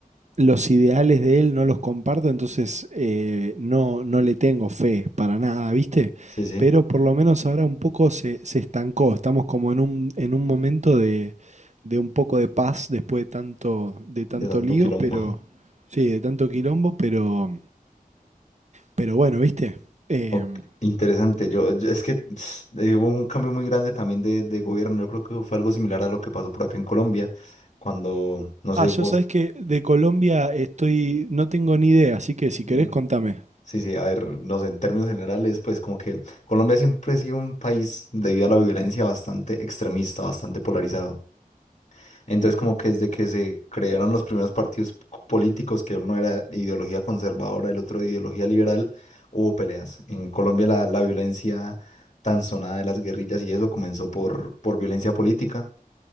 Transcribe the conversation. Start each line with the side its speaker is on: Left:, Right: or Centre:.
Right: los ideales de él no los comparto, entonces eh, no, no le tengo fe para nada, ¿viste?
Left: sí, sí,
Right: Pero por lo menos ahora un poco se, se estancó. Estamos como en un, en un momento de, de un poco de paz después de tanto, de tanto
Left: de dando
Right: lío,
Left: quilombo.
Right: pero sí, de tanto quilombo, pero, pero bueno, ¿viste? Em,
Left: Ok, interesante. Yo, yo- es que <sniffs> eh, hubo un cambio muy grande también de, de gobierno. Yo creo que fue algo similar a lo que pasó por acá en Colombia, cuando, no sé,
Right: ah, yo
Left: vos,
Right: sabes que de Colombia estoy, no tengo ni idea, así que si querés
Left: eh,
Right: contame.
Left: sí, sí, a ver, no sé, en términos generales, pues como que Colombia siempre ha sido un país debido a la violencia bastante extremista, bastante polarizado. Entonces, como que desde que se crearon los primeros partidos políticos, que uno era de ideología conservadora, el otro de ideología liberal, hubo peleas. En Colombia la, la violencia tan sonada de las guerrillas y eso comenzó por, por violencia política.